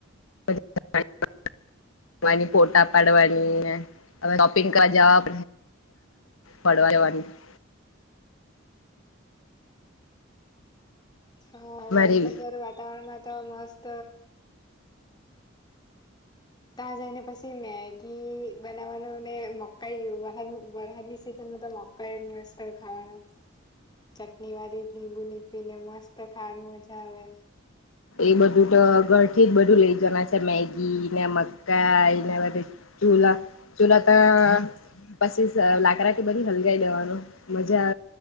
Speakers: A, on the left; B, on the left.
A: <unintelligible> <inaudible> ની ફોટા પાડવાની, હવે શોપિંગ કરવા જવા ફડવા જવાની. <unintelligible> <inaudible>
B: હા વરસાદ
A: મારી
B: વારું વાતાવરણ માં તો મસ્ત ત્યાં જઈને પછી મેગી બનાવાનું મકાઈ વરદ વરહાદ ની સીઝન મકા ઇસ્ટ થવાનું ચટણી વાળી લીંબુ નીકીને મસ્ત ખાવાની મજા આવે
A: એ બધું તો ઘરથી જ બધું લઈ જવાના છે મેગી ને મ કઈના બ ચુલા ચુલા તો પછી લાકડાથી બધું હલગાવ દેવાનું મજા